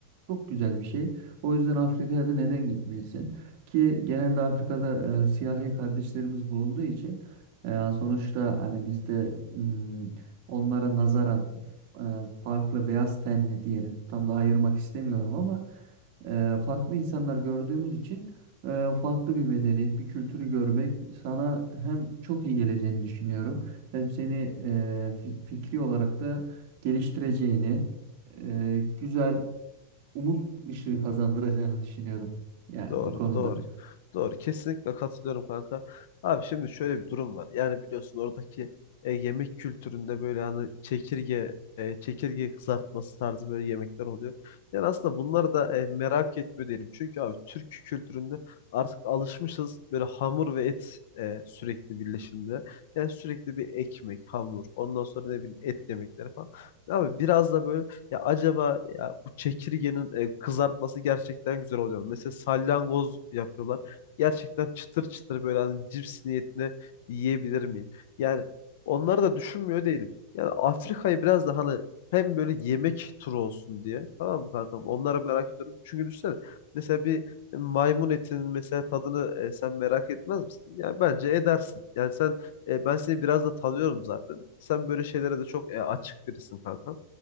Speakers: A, on the right; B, on the left.
A: çok güzel bir şey. O yüzden Afrika'ya da neden gitmelisin? Ki genelde Afrika'da e, siyahi kardeşlerimiz bulunduğu için e, sonuçta hani bizde mm, onlara nazaran f- e, farklı beyaz tenli diyelim. Tam da ayırmak istemiyorum ama e, farklı insanlar gördüğümüz için e, farklı bir medeniyet, bir kültürü görmek sana hem çok iyi geleceğini düşünüyorum, hem seni e, fi- fikri olarak da geliştireceğini, e, güzel umut ışığı kazandıracağını düşünüyorum. Yani
B: Doğru,
A: bu konuda.
B: doğru. Doğru. Kesinlikle katılıyorum kanka. Abi şimdi şöyle bir durum var. Yani biliyorsun oradaki e, yemek kültüründe böyle hani çekirge e, çekirge kızartması tarzı böyle yemekler oluyor. Yani aslında bunları da e, merak etmiyor değilim. Çünkü abi Türk kültüründe artık alışmışız böyle hamur ve et e, sürekli birleşimde. Yani sürekli bir ekmek, hamur, ondan sonra ne bileyim et yemekleri falan. Abi biraz da böyle ya acaba ya bu çekirgenin e, kızartması gerçekten güzel oluyor. Mesela salyangoz yapıyorlar. Gerçekten çıtır çıtır böyle hani cips niyetine yiyebilir miyim? Yani onları da düşünmüyor değilim. Yani Afrika'yı biraz da hani hem böyle yemek turu olsun diye. Tamam mı kankam? Onlara merak ediyorum. Çünkü düşünsene mesela bir maymun etinin mesela tadını e, sen merak etmez misin? Ya bence edersin. Yani sen e, ben seni biraz da tanıyorum zaten. Sen böyle şeylere de çok e, açık birisin kankam.